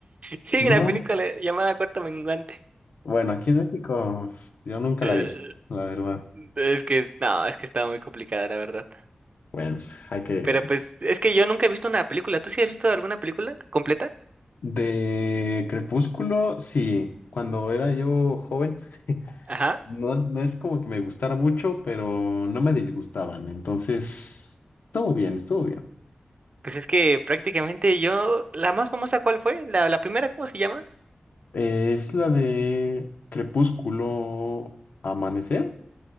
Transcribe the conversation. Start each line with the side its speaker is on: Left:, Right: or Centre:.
Right: Sí, hay una
Left: No,
Right: película llamada Cuarto Menguante. <laughs>
Left: bueno, aquí en México yo nunca
Right: Eh,
Left: la vi, la verdad.
Right: Es que, no, es que está muy complicada, la verdad.
Left: Bueno, hay que...
Right: Pero pues, es que yo nunca he visto una película. ¿Tú sí has visto alguna película completa?
Left: De Crepúsculo, sí, cuando era yo joven,
Right: Ajá.
Left: no, no es como que me gustara mucho, pero no me disgustaban, entonces, estuvo bien, estuvo bien.
Right: Pues es que prácticamente yo, la más famosa, ¿cuál fue? La, la primera, ¿cómo se llama?
Left: Eh, es la de Crepúsculo Amanecer.